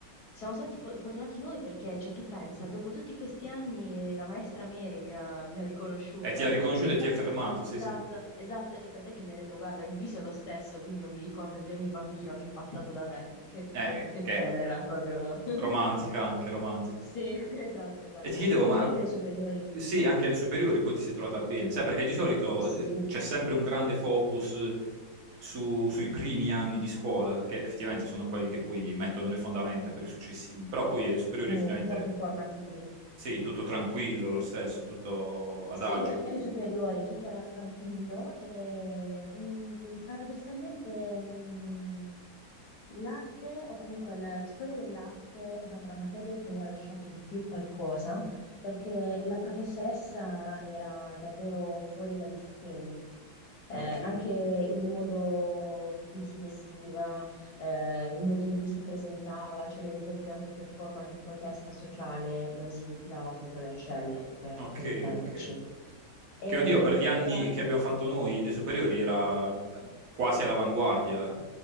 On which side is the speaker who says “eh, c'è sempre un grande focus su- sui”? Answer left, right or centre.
Right